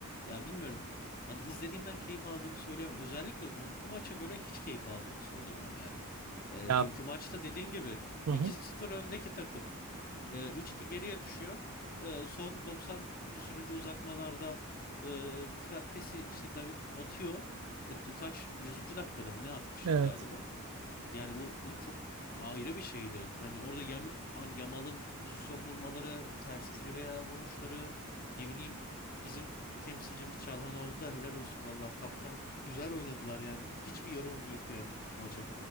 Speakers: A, on the left; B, on the right.
A: ya bilmiyorum. Yani izlediğimden keyif aldığımı söyleyemem. Özellikle dünkü maça göre hiç keyif aldığımı söyleyemem yani. E,
B: Ya
A: dünkü maçta dediğin gibi
B: Hı
A: iki
B: hı.
A: sıfır öndeki takım e, 3-2 geriye düşüyor. E, son 90 küsürüncü uzatmalarda e, Frattesi işte David atıyor. E, kaç yüzüncü dakikada mı ne atmıştı
B: Evet.
A: galiba? Yani bu bu çok ayrı bir şeydi. Hani orada Yam, hani Yamal'ın pozisyon bulmaları, ters trivia vuruşları, ne bileyim bizim temsilcimiz Çalhanoğlu da helal olsun vallahi kaptan. Güzel oynadılar yani. Hiçbir yorumum yok yani dünkü maça.